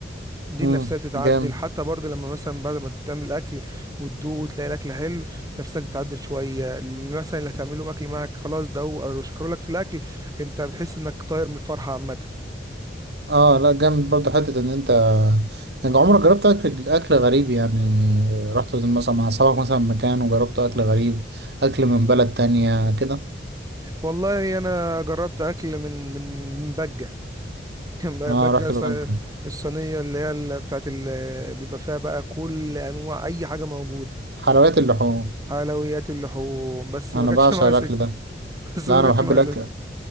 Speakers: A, on the right; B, on the right.
A: دي
B: مم،
A: النفسيه بتتعدل
B: جامد
A: حتى برضه لما مثلا بعد ما تعمل اكل وتدوق وتلاقي الاكل حلو نفسك بتتعدل شويه اللي مثلا اللي هتعمله اكل معاك خلاص ده هو او شكروا لك في الاكل انت بتحس انك طاير من الفرحه عامه
B: اه لا جامد برضه حتة ان انت يعني عمرك جربت اكل اكل غريب يعني رحت زي مثلا مع اصحابك مثلا مكان وجربت اكل غريب اكل من بلد تانية كده
A: والله انا جربت اكل من من من بجه <laughs>
B: اه رحت
A: بقى
B: بقى
A: ص- الصينية اللي هي اللي بتاعت ال- بيبقى فيها بقى كل أنواع أي حاجة موجودة
B: حلويات اللحوم
A: حلويات اللحوم بس ما
B: انا
A: جاتش
B: بعشق
A: معايا
B: الاكل
A: سكة
B: ده
A: <laughs> بس
B: لا
A: ما
B: انا
A: جاتش
B: بحب
A: معايا
B: الاكل
A: سكة